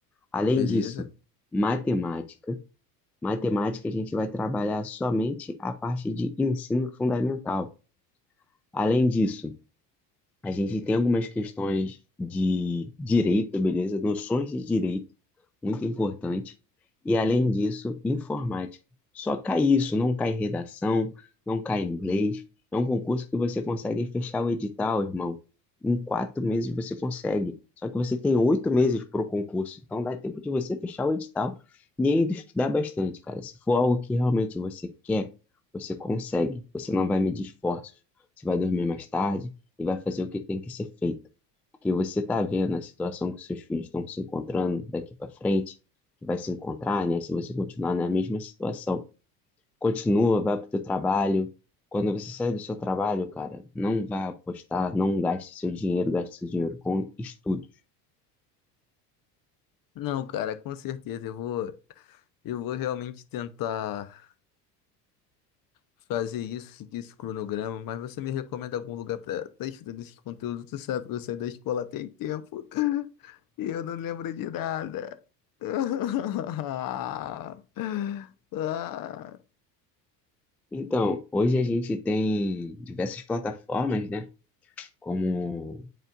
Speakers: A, in the centre; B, on the left.
A: Além
B: Beleza?
A: disso, matemática. Matemática a gente vai trabalhar somente a parte de ensino fundamental. Além disso, a gente tem algumas questões de direito, beleza? Noções de direito. muito importante. E além disso, informática. Só cai isso, não cai redação, não cai inglês. É um concurso que você consegue fechar o edital, irmão. Em quatro meses você consegue. Só que você tem oito meses para o concurso. Então dá tempo de você fechar o edital e ainda estudar bastante, cara. Se for algo que realmente você quer, você consegue. Você não vai medir esforços. Você vai dormir mais tarde e vai fazer o que tem que ser feito. Porque você tá vendo a situação que seus filhos estão se encontrando daqui para frente, que vai se encontrar, né? Se você continuar na mesma situação. Continua, vai pro teu trabalho. Quando você sai do seu trabalho, cara, não vá apostar, não gaste seu dinheiro, gaste seu dinheiro com estudos.
B: Não, cara, com certeza. Eu vou, eu vou realmente tentar. fazer isso, seguir esse cronograma, mas você me recomenda algum lugar para estar estudando esse conteúdo? Você sabe que eu saí da escola tem tempo <laughs> e eu não lembro de nada. <laughs> Ah,
A: Então, hoje a gente tem diversas plataformas, né? Como